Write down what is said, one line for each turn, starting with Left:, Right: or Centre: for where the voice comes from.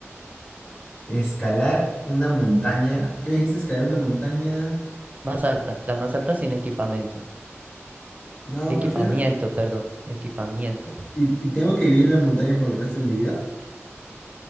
Left: Escalar una montaña. ¿Qué dijiste? ¿Escalar una montaña?
Right: Más alta, la más alta sin equipamiento.
Left: No,
Right: Equipamiento,
Left: prefiero.
Right: perdón, equipamiento.
Left: ¿Y, y tengo que vivir en la montaña por el resto de mi vida?